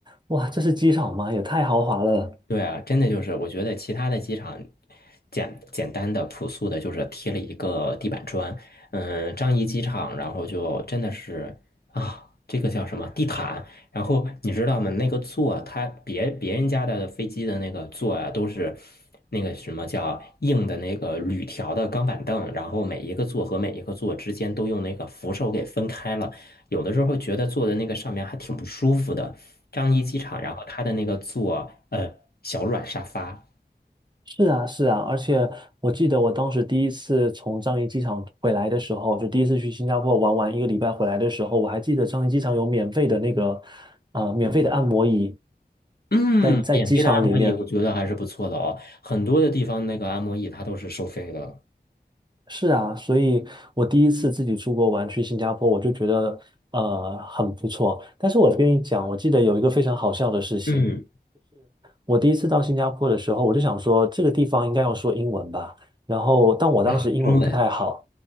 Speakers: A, on the right; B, on the left.
A: 哇，这是机场吗？也太豪华了。
B: 对啊，真的就是，我觉得其他的机场简简单的、朴素的，就是贴了一个地板砖。嗯，樟宜机场，然后就真的是啊，这个叫什么地毯？然后你知道吗？那个座，它别别人家的飞机的那个座啊，都是那个什么叫硬的那个铝条的钢板凳，然后每一个座和每一个座之间都用那个扶手给分开了。有的时候觉得坐在那个上面还挺不舒服的。樟宜机场，然后它的那个座，呃，小软沙发，
A: 是啊，是啊，而且我记得我当时第一次从樟宜机场回来的时候，就第一次去新加坡玩完一个礼拜回来的时候，我还记得樟宜机场有免费的那个，呃，免费的按摩椅，
B: 嗯，
A: 在在机场里面。
B: 免费的按摩椅，我觉得还是不错的哦。很多的地方那个按摩椅它都是收费的。
A: 是啊，所以我第一次自己出国玩去新加坡，我就觉得呃很不错。但是我跟你讲，我记得有一个非常好笑的事情，
B: 嗯
A: 我第一次到新加坡的时候，我就想说这个地方应该要说英文吧，然后但我当时英文不太好。
B: 啊，中文，